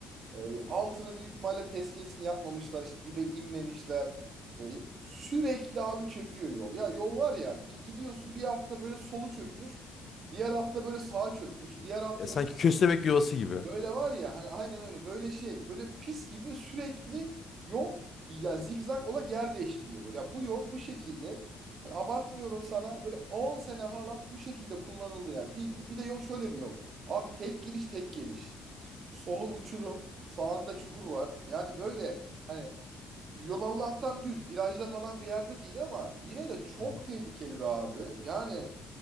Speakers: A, on the right (about 55°); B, on the left (about 50°).
A: Ee, altını büyük ihtimalle tezkiyesini yapmamışlar işte dibe inmemişler. Ee, sürekli abi çöküyor yol. Ya yol var ya bir gidiyorsun bir hafta böyle solu çökmüş. Diğer hafta böyle sağa çökmüş. Diğer hafta
B: E, sanki köstebek yuvası gibi. Hı
A: Böyle var ya hani aynen öyle böyle şey böyle pis gibi sürekli yol ya zigzag olarak yer değiştiriyor böyle. Ya bu yol bu şekilde hani abartmıyorum sana böyle 10 sene falan bu şekilde kullanıldı yani bildiğin. Bir de yol şöyle bir yol. Abi tek giriş tek geliş. Solu uçurum sağında çukur var. Yani böyle hani yol Allah'tan düz virajda falan bir yerde değil ama yine de çok
B: hı.
A: tehlikeli be abi. Yani